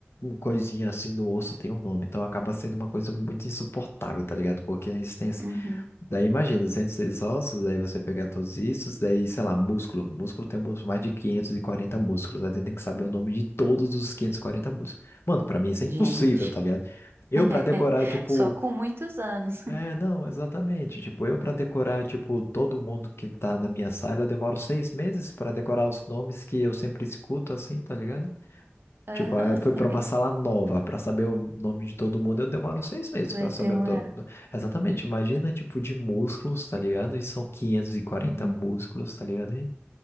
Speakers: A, on the left; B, on the right.
A: coisinha assim no osso tem um nome. Então acaba sendo uma coisa muito insuportável, tá ligado? Porque a resistência
B: Uhum.
A: Daí imagina, 206 ossos, daí você pegar todos isso, daí, sei lá, músculo. Músculo tem mus- mais de 540 músculos, aí tem que saber o nome de todos os 540 músculos. Mano, pra mim isso é impossível,
B: Gente.
A: tá ligado? Eu
B: <laughs>
A: pra decorar, tipo,
B: Só com muitos anos.
A: é, não, exatamente. Tipo, eu pra decorar, tipo, todo mundo que tá na minha sala, eu demoro seis meses pra decorar os nomes que eu sempre escuto, assim, tá ligado?
B: Aham.
A: Tipo, ah, eu fui pra uma sala nova pra saber o nome de todo mundo. Eu demoro seis meses
B: Vai
A: pra saber
B: demorar.
A: todo... exatamente. Imagina, tipo, de músculos, tá ligado? E são quinhentos e quarenta
B: Uhum.
A: músculos, tá ligado? E-